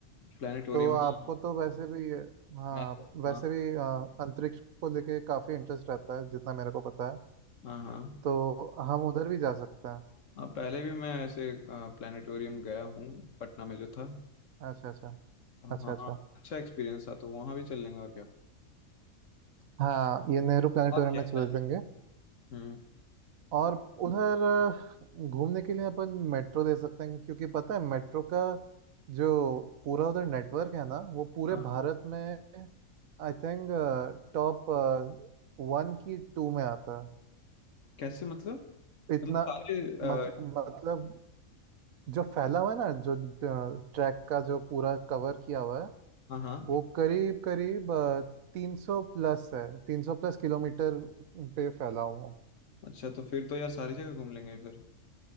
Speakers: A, on the left (about 65°); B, on the right (about 75°).
A: प्लानिटोरियम
B: तो आपको
A: हाँ
B: तो वैसे भी हाँ
A: मैं
B: वैसे
A: हाँ
B: भी आ, अंतरिक्ष को लेके काफ़ी इंटरेस्ट रहता है जितना मेरे को पता है
A: हाँ हाँ
B: तो हम उधर भी जा सकते हैं
A: हाँ पहले भी मैं ऐसे प्लानिटोरियम गया हूँ पटना में जो था
B: अच्छा अच्छा अच्छा
A: हाँ
B: अच्छा
A: अच्छा एक्सपीरियंस था तो वहाँ भी चल लेंगे और क्या
B: हाँ ये नेहरू प्लानिटोरियम
A: और क्या
B: में चले
A: टाइम में
B: जाएंगे
A: हम्म
B: और उधर घूमने के लिए अपन मेट्रो दे सकते हैं क्योंकि पता है मेट्रो का जो पूरा उधर नेटवर्क है ना वो पूरे
A: हाँ
B: भारत में आई थिंक टॉप वन की टू में आता
A: कैसे मतलब
B: है इतना
A: मतलब सारे आ,
B: मत, मतलब जो फैला हुआ है ना जो ट्रैक का जो पूरा कवर किया हुआ है
A: हाँ हाँ
B: वो करीब करीब तीन सौ प्लस है तीन सौ प्लस किलोमीटर पे फैला हुआ है
A: अच्छा तो फिर तो यार सारी जगह घूम लेंगे फिर